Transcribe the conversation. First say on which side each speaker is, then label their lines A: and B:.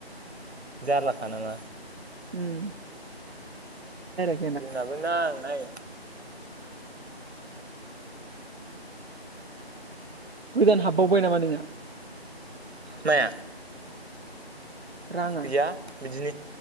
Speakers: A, on the right; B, on the right.
A: जारलाखा नामा
B: उम <unintelligible>
A: जोंनाबो ना नाय
B: गोदान हाबबावबाय नामा नोंना?
A: माया?
B: राङा
A: गैया बिदिनो